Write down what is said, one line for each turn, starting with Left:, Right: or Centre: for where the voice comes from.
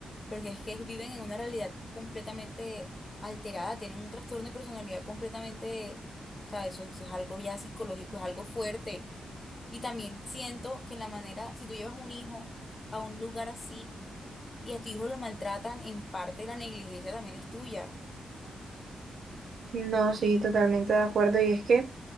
Left: porque es que viven en una realidad completamente alterada, tienen un trastorno de personalidad completamente, o sea, eso, eso es algo ya psicológico, es algo fuerte. Y también siento que en la manera, si tú llevas un hijo a un lugar así y a tu hijo lo maltratan, en parte la negligencia también es tuya.
Right: No, sí, totalmente de acuerdo. Y es que,